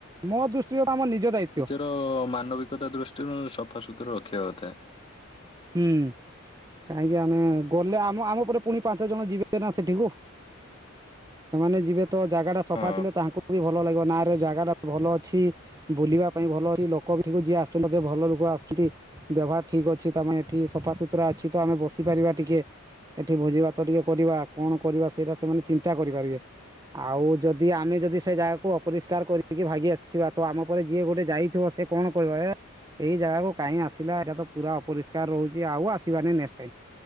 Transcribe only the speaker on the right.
ମୋ ଦୃଷ୍ଟିରୁ ତ ଆମ ନିଜ ଦାୟିତ୍ଵ।
ହୁଁ। କାହିଁକି ଆମେ ଗଲେ ଆମ ଆମ ପରେ ପୁଣି ପାଞ୍ଚ ଜଣ ଯିବେ ନା ସେଠିକୁ। ସେମାନେ ଯିବେ ତ ଜାଗା ଟା ସଫା
ଥିଲେ ତାଙ୍କୁ ବି ଭଲ ଲାଗିବ। ନା ରେ ଜାଗା ଟା ଭଲ ଅଛି, ବୁଲିବା ପାଇଁ ଭଲ ଅଛି, ଲୋକ ବି ଏଠିକୁ ଯିଏ ଆସୁଛନ୍ତି ବୋଧେ ଭଲ ଲୋକ ଆସୁଛନ୍ତି। ବ୍ୟବହାର ଠିକ ଅଛି, ତା ମାନେ ଏଠି ସଫାସୁତୁରା ଅଛି ତ ଆମେ ବସିପାରିବା ଟିକେ। ଏଠି ଭୋଜି ଭାତ ଟିକେ କରିବା, କଣ କରିବା ସେଇଟା ସେମାନେ ଚିନ୍ତା କରିପାରିବେ। ଆଉ ଯଦି ଆମେ ଯଦି ସେ ଜାଗାକୁ ଅପରିଷ୍କାର କରିକି ଭାଗି ଆସିବା। ତ ଆମ ପରେ ଯିଏ ଗୋଟେ ଯାଇଥିବ ସେ କଣ କହିବ, ଏ ଏଇ ଜାଗାକୁ କାଇଁ ଆସିଲା ଏଟା ତ ପୁରା ଅ ପରିଷ୍କାର ରହୁଚି, ଆଉ ଆସିବାନି ନେକ୍ସଟ୍ ଟାଇମ୍